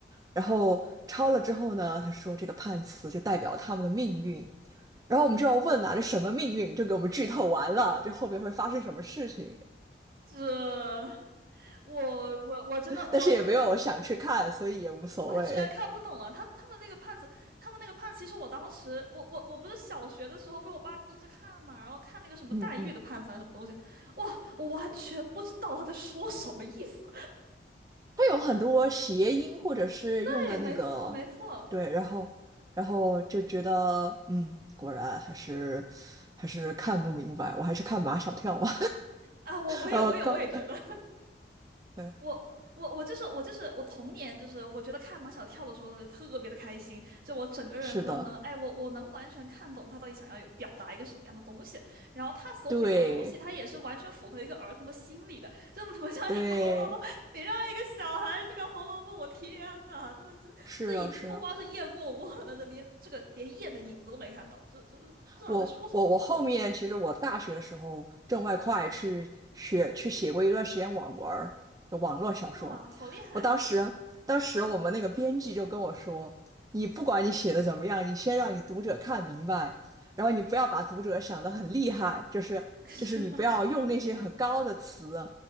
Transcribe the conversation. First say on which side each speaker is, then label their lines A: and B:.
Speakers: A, on the right; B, on the right.
A: 然后抄了之后呢，他说这个判词就代表他们的命运，然后我们就要问啊，这什么命运？就给我们剧透完了，这后面会发生什么事情？
B: 这我我我真的我真的
A: <laughs> 但是也没有想去看，所以也无所谓。
B: 完全看不懂啊！他他们那个判词，他们那个判词，其实我当时，我我我不是小学的时候被我爸逼着看嘛，然后看那个什么黛玉的判词还是什么东西，
A: 嗯嗯。
B: 哇，我完全不知道他在说什么意思。
A: 它有很多谐音或者是用的那个，
B: 对，没错没错
A: 对，然后然后就觉得，嗯，果然还是还是看不明白，我还是看马小跳吧。
B: 啊，我我也我也我也觉得。
A: <laughs> 然后刚，对，
B: 我我我就是我就是我童年就是我觉得看马小跳的时候特别的开心，就我整个人都能哎我我能完全看懂他到底想要有表达一个什么样的东西，
A: 是的，
B: 然后他所表达的东西，
A: 对
B: 他也是完全符合一个儿童的心理的，就不像《<laughs>
A: 对，
B: 红楼梦》，你让一个小孩去看《红楼梦》，我天呐，真的就这已经不光是雁过无痕了，
A: 是的，是的。
B: 这连这个连雁的影子都没看到，这这不知道在说什么，
A: 我我我后面其实我大学的时候挣外快去学去写过一段时间网文儿，就网络小说。
B: 哇，好厉害！
A: 我当时当时我们那个编辑就跟我说，你不管你写的怎么样，你先让你读者看明白，然后你不要把读者想得很厉害，就是就是你不要用那些很高的词，
B: <laughs>